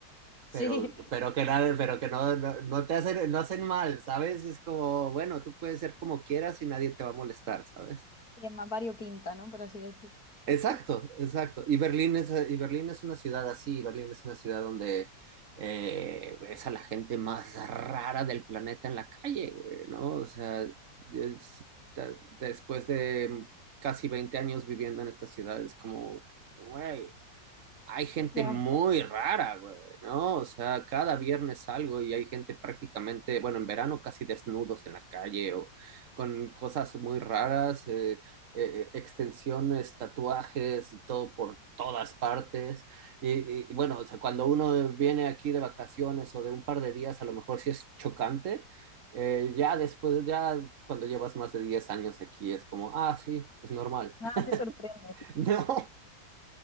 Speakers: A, on the left (about 50°); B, on the right (about 50°).
A: Sí,
B: pero, pero que nada, pero que no, no, no te hacen, no hacen mal, ¿sabes? Es como, bueno, tú puedes ser como quieras y nadie te va a molestar, ¿sabes?
A: y es más variopinta, ¿no? Por así decir.
B: Exacto, exacto. Y Berlín es, y Berlín es una ciudad así, Berlín es una ciudad donde eh, ves a la gente más rara del planeta en la calle, güey, ¿no? O sea, yo sí, ta- después de casi 20 años viviendo en esta ciudad, es como, güey, hay gente
A: Ya.
B: muy rara, güey, ¿no? O sea, cada viernes salgo y hay gente prácticamente, bueno, en verano casi desnudos en la calle o con cosas muy raras, eh, eh, eh, extensiones, tatuajes y todo por todas partes. Y, y, y bueno, o sea, cuando uno viene aquí de vacaciones o de un par de días, a lo mejor sí es chocante. Eh, ya después, ya cuando llevas más de 10 años aquí, es como, ah, sí, es normal.
A: Nada te sorprende.
B: <laughs>